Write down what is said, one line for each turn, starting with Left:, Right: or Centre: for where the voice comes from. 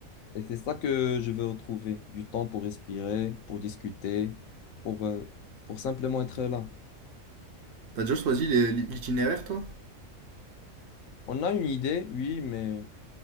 Left: et c'est ça que je veux retrouver, du temps pour respirer, pour discuter, pour, euh, pour simplement être là.
Right: T'as déjà choisi les- l'itinéraire, toi?
Left: On a une idée, oui, mais